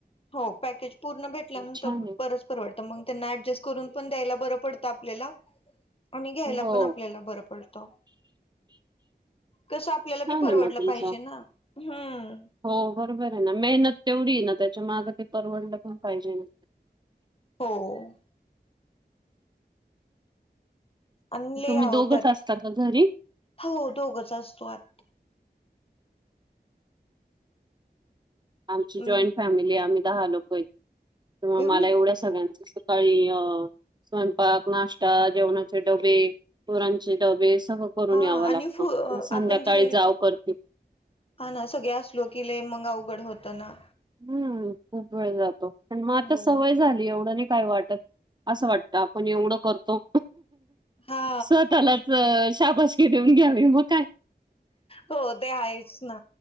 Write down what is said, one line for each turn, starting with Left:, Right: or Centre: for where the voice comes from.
Left: हो पॅकेज पूर्ण भेटला न
Right: छान
Left: त प
Right: आहे.
Left: तरच परवडत मंग त्यांना ऍडजस्ट करून पण द्यायला बरं पडंत आपल्याला आणि घ्यायला
Right: हो,
Left: पण आपल्याला बरं पडतं. कस आपल्याला बी
Right: छान
Left: परवडलं
Right: आहे मग तुमचा
Left: पाहिजे ना हम्म.
Right: हो बरोबर आहे ना मेहनत तेवढी आहे ना त्याच्या मागं ते परवडलं का पाहिजे न.
Left: हो हो. आणि लय
Right: तुम्ही
Left: आहो
Right: दोघच
Left: त्यात
Right: असता का घरी?
Left: हो दोघच असतो आत
Right: आमची
Left: हम्म
Right: जॉईंट फॅमिली आहे आम्ही दहा लोकयेत त्यामुळ
Left: एवढी
Right: मला एवढं सगळ्यांच सकाळी अ स्वयंपाक नाश्ता जेवणाचे डबे पोरांचे डबे सगळं करून
Left: हा
Right: यावं
Left: आणि
Right: लागतं
Left: फु
Right: मग संध्याकाळी
Left: आपण जे
Right: जाव करते.
Left: हा ना सगळे अस लोकला मग अवघड होतं ना
Right: हम्म खूप वेळ जातो प मग आता
Left: हो
Right: सवय झाली एवढं नाही काय वाटत असं वाटत आपण एवढं करतो
Left: हा
Right: सत आला शाबशग देऊन घ्यावी मग काय
Left: हो ते आहेच ना